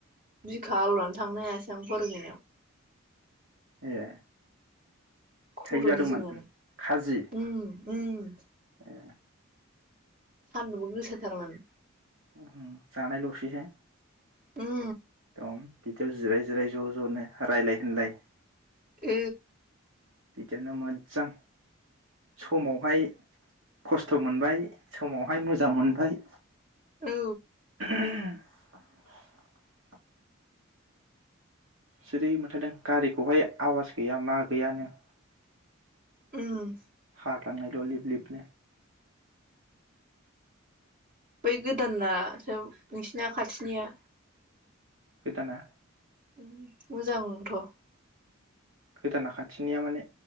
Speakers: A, on the right; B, on the right.
A: बिखा आलौनानै थांनो हायासै आं, फरायहैनायाव।
B: ए
A: खर'
B: थाइ जादोंमोन
A: गिदिंनानै
B: खाजि
A: उम उम।
B: ए
A: सान्दुंबो गोसा थारमोन।
B: उम जानाय ल सैसो।
A: उम
B: औ। बिदियाव जिराय जिराय ज' ज'नो रायलाय होनलाय।
A: ओ।
B: बिदिनो मोजां समावहाय खस्थ' मोनबाय। समावहाय मोजां मोनबाय।
A: औ।
B: <inaudible> जेरै मोनथारदों गारिखौहाय आवाज गैया मा गैयानो।
A: उम।
B: थांनायल' लिप लिप नो।
A: बै गोदाना सोब नोंसिना खाथिनिया।
B: गोदाना।
A: उम मोजांथ'।
B: गोदाना खाथिनिया माने